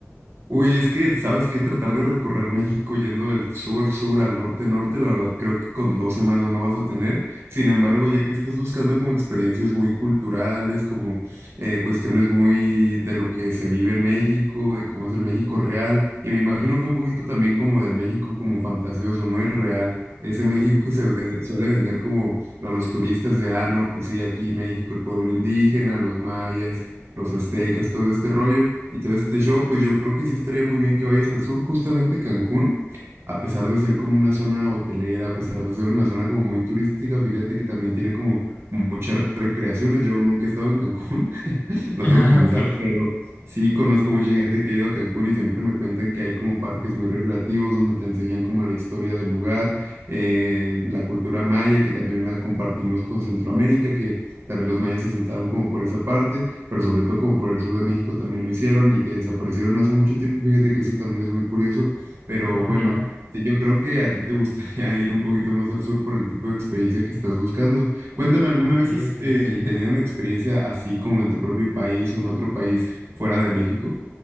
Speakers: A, on the right; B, on the left.
A: Uy, es que, ¿sabes qué? Tratar de recorrer México yendo del sur, sur al norte, norte, la verdad creo que con dos semanas no vas a tener. Sin embargo, ya que estás buscando como experiencias muy culturales, como eh, cuestiones muy de lo que se vive en México, de cómo es el México real, y me imagino que un poquito también como del México como fantasioso, no es real Ese México que se ve- suele vender como a los turistas de, ah, no, pues sí, aquí México, el pueblo indígena, los mayas, los aztecas, todo este rollo y todo este show, pues yo creo que sí estaría muy bien que vayas al sur, justamente Cancún, a pesar de ser como una zona hotelera, a pesar de ser una zona como muy turística, fíjate que también tiene como muchas recreaciones. Yo nunca he estado en Cancún, <laughs> lo
B: Ah,
A: tengo que confesar,
B: ok.
A: pero sí conozco mucha gente que ha ido a Cancún y siempre me cuentan que hay como parques muy recreativos donde te enseñan como la historia del lugar, eh, la cultura maya, que también la compartimos con Centroamérica, que también los mayas se sentaron como por esa parte pero sobre todo como por el sur de México también lo hicieron y que desaparecieron hace mucho tiempo. Fíjate que eso también es muy curioso, pero
B: Ah,
A: bueno,
B: mira.
A: sí, yo creo que a ti te gustaría <laughs> ir un poquito más al sur por el tipo de experiencia que estás buscando. Cuéntame, ¿alguna
B: Ok,
A: vez has
B: ok,
A: eh,
B: ok.
A: tenido una experiencia así como en tu propio país o en otro país fuera de México?